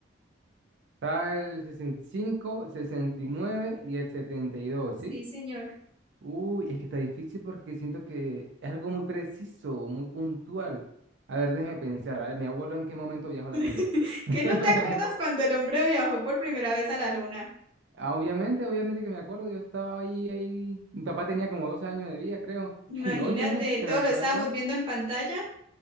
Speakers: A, on the right; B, on the right.
A: Está el 65, 69 y nueve y el 72,
B: Sí,
A: ¿sí?
B: señor.
A: Uy, es que está difícil porque siento que es algo muy preciso, muy puntual. A ver, déjeme pensar. A ver, mi abuelo en qué momento viajó a la luna.
B: <laughs>
A: <laughs>
B: ¿Qué no te acuerdas cuando el hombre viajó por primera vez a la luna?
A: Ah, obviamente, obviamente que me acuerdo, yo estaba ahí, ahí, mi papá tenía como 12 años de vida, creo.
B: Imagínate,
A: <laughs> Obviamente que
B: todo
A: me acuerdo.
B: lo estábamos viendo en pantalla.